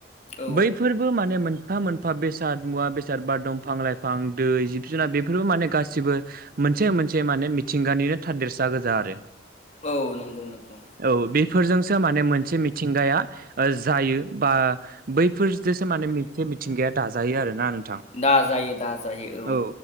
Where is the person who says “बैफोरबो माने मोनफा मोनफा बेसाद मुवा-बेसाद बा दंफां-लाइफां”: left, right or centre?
Right